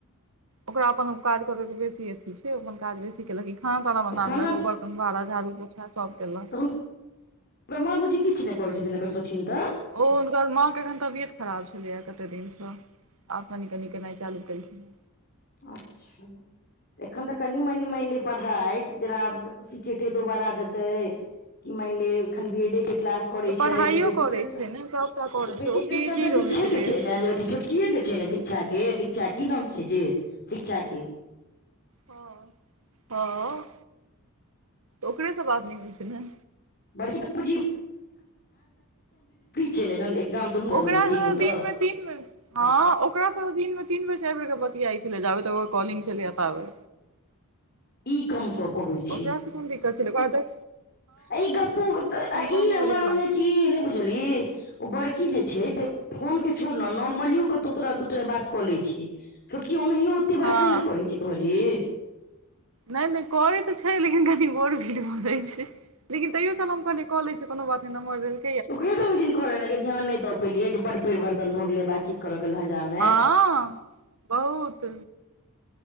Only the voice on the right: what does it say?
ओकरा अपन काज करबैके बेसी अथी छै अपन काज बेसी केलक कि खाना ताना बना
लेलक ओ बर्तन भाड़ा झाड़ू पोछा सभ केलक।
ओ हुनकर माँ के एखन तबियत खराब छलैएा कते दिनसँ। आब कनि कनी केनाइ चालू केलखिन
पढ़ाइयो
करैत
छै ने सभटा करैत
छै ओ
बिजी
रहैत
बेसी
ह हँ ओकरेसँ बात नहि होइ छै न
ओकरासँ
दिनमे तीन बेर हँ ओकरा सबसँ दिन मे तीन बेर चारि बेर के बतियाइत छलै जाबे तऽ ओकर कॉलिंग छलै एताबै
ओकरासँ कोन दिक्कत छलैऽ
तहने
ओ रिप्लाई
केलक
हँ
नहि नहि करै तऽ छै लेकिन कनि बोर फिल भऽ जाय छै लेकिन तैयो चल हम कनि कऽ लै छै कोनो बात नहि नमहर भेलै
हँ बहुत